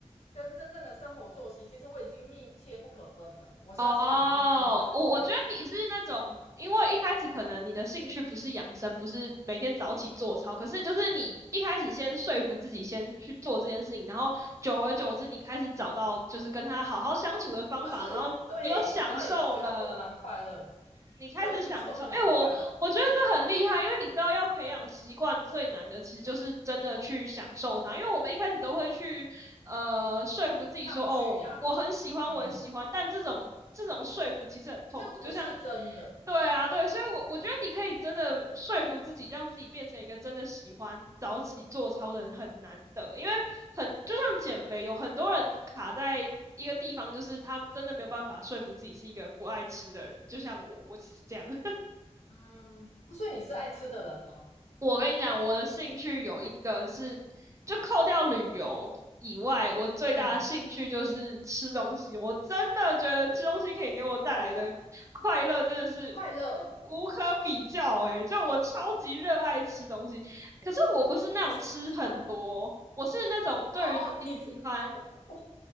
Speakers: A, on the left; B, on the right.
A: 跟真正的生活作息，其实我已经密切不可分了。我相信你一定知道我在讲什么，
B: 哦，我我觉得你是那种，因为一开始可能你的兴趣不是养生，不是每天早起做操，可是就是你一开始先说服自己先去做这件事情，然后久而久之，你开始找到就是跟他好好相处的方法，
A: 就是对，
B: 然后你有享受了。
A: 然后也觉得做的蛮快乐的，
B: 你开始享受，
A: <laughs> 对，做的也蛮快乐的
B: 哎、我我觉得这很厉害，因为你知道要培养习惯最难的，其实就是真的去享受它。因为我们一开始都会去呃说服自己说，
A: 抗拒呀、
B: 哦，我很喜欢，
A: 嗯，
B: 我很喜欢，但这种这种说服其实很痛苦。
A: 就不是真的，
B: 就像，对啊，对，所以我我觉得你可以真的说服自己，让自己变成一个真的喜欢早起做操的人很难得，因为很就像减肥，有很多人卡在。一个地方就是他真的没有办法说服自己是一个不爱吃的人，就像我，我就是这样。<laughs>
A: 嗯。所以你是爱吃的人吗？
B: 我跟你讲，我的兴趣有一个是，就扣掉旅游以外，我最大的兴趣就是吃东西。
A: 嗯，
B: 我真的觉得吃东西可以给我带来的快乐真的是
A: 哦，快乐。
B: 无可比较诶、就我超级热爱吃东西，可是我不是那种吃很多，
A: 可是，哼，
B: 我是那种对于自己喜欢
A: 哦，你知我我